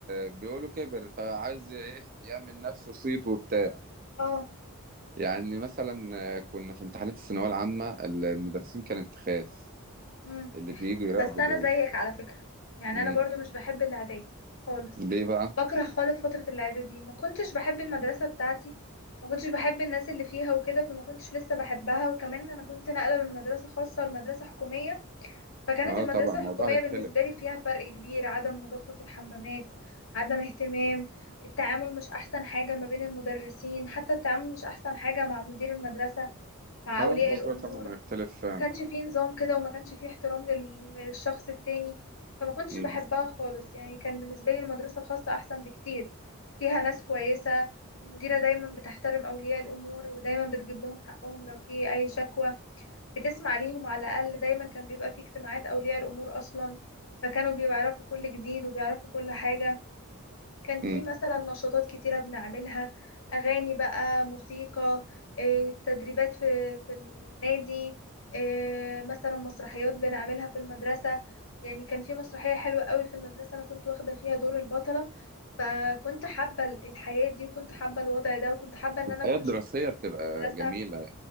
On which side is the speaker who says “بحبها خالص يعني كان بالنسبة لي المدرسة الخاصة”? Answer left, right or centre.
Left